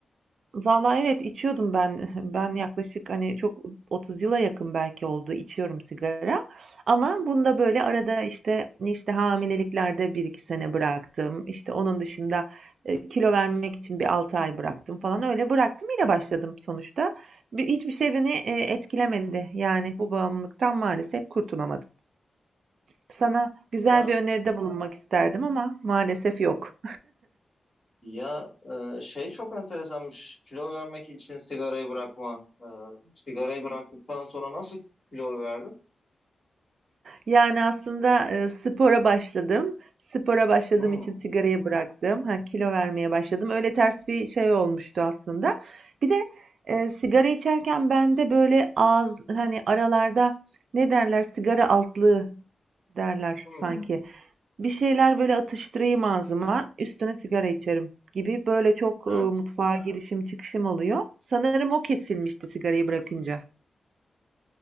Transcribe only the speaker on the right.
Vallahi evet içiyordum ben. <laughs> Ben yaklaşık hani çok 30 yıla yakın belki oldu içiyorum sigara. Ama bunda
böyle arada işte işte hamileliklerde bir iki sene bıraktım. İşte onun dışında e, kilo vermek için bir 6 ay bıraktım falan öyle bıraktım yine başladım sonuçta. Bir- Hiçbir şey beni e, etkilemedi. Yani bu bağımlılıktan maalesef kurtulamadım. Sana güzel
bir öneride bulunmak isterdim ama maalesef yok.
Yani aslında, eee, spora başladım. Spora başladığım
için sigarayı bıraktım. Ha, kilo vermeye başladım. Öyle ters bir şey olmuştu aslında. Bir de, eee, sigara içerken bende böyle ağız, hani, aralarda ne derler, sigara altlığı derler
sanki. Bir şeyler böyle atıştırayım ağzıma, üstüne sigara içerim gibi böyle çok, eee,
mutfağa girişim çıkışım oluyor. Sanırım o kesilmişti sigarayı bırakınca.